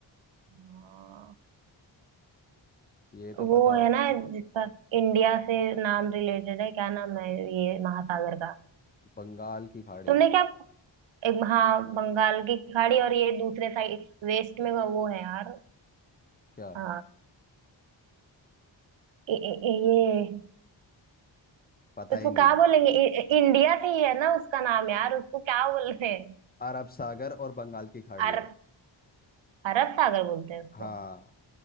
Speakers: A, on the right; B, on the left.
A: अ,
B: ये तो
A: वो
B: पता होगा
A: है ना जिसका इंडिया से नाम रिलेटेड है क्या नाम है ये महासागर का
B: बंगाल की खाड़ी
A: तुमने क्या एक हाँ बंगाल की खाड़ी और ये दूसरे साइड वेस्ट में वो है यार
B: क्या
A: अ, ए, ए, ए- ये
B: पता
A: उसको
B: ही नहीं
A: क्या
B: है
A: बोलेंगे इ- इंडिया से ही है ना उसका नाम यार उसको क्या बोलते हैं
B: अरब सागर और बंगाल की खाड़ी
A: अरब अरब सागर बोलते हैं उसको
B: हाँ